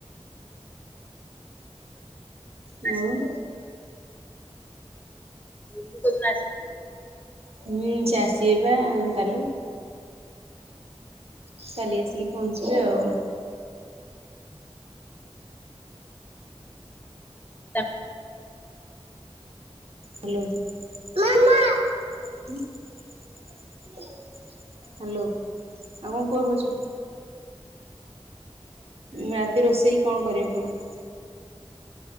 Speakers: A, on the right (about 65°); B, on the left (about 15°).
A: <inaudible>
B: ଆସି
A: ଆଉ।
B: ମିଲୁ କୋଉଦିନ ଆସିବେ?
A: ହୁଁ ସିଏ ଆସିବେ ବା କାଲି। କାଲି ଆସିକି ପହଞ୍ଚିବେ ଆଉ।
B: ତା
A: ହାଲୋ, ମାମା ହାଲୋ, ଆଉ କଣ କୁହ ଭାଉଜ। ରାତି ରୋଷେଇ କଁ କରିବ ପୁଣି।